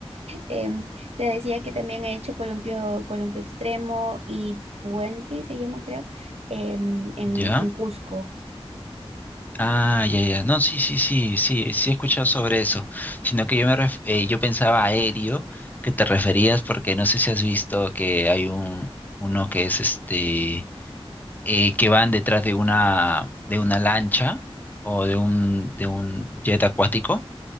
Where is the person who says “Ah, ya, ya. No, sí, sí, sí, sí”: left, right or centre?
Left